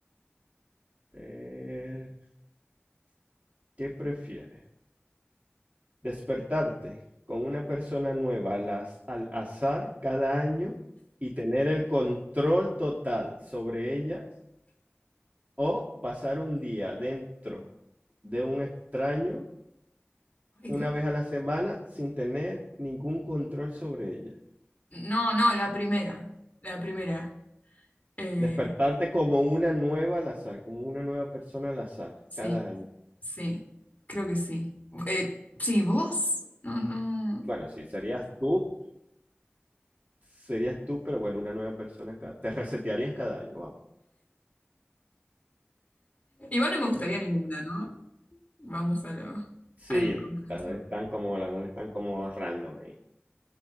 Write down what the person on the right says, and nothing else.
Eh, ¿qué prefieres? Despertarte con una persona nueva al, az- al azar cada año y tener el control total sobre ellas o pasar un día dentro de un extraño
una
vez a la semana sin tener ningún control sobre ellas.
Despertarte como una nueva al azar, como una nueva persona al azar
cada año.
Bueno, sí, serías tú, serías tú, pero bueno, una nueva persona cada. Te resetearías cada año, vamos.
Sí,
las dos están como, las dos están como random ahí.